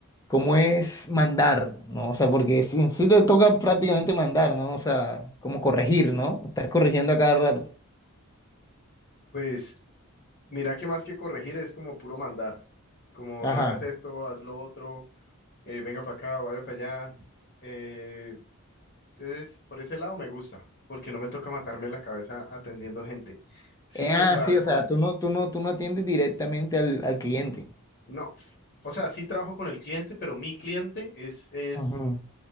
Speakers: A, on the left; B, on the left.
A: cómo es mandar, ¿no? O sea, porque si- en sí te toca prácticamente mandar, ¿no? O sea, como corregir, ¿no? Estar corrigiendo a cada rato.
B: Pues mira que más que corregir es como puro mandar. Como
A: Ajá.
B: no hagas esto, haz lo otro, eh, venga para acá, vaya para allá. Eh, entonces, por ese lado me gusta, porque no me toca matarme la cabeza atendiendo gente. Sin
A: Eh, ah,
B: embargo,
A: sí, o sea, tú no, tú no, tú no atiendes directamente al, al cliente.
B: no. O sea, sí trabajo con el cliente, pero mi cliente es, es,
A: Ujú.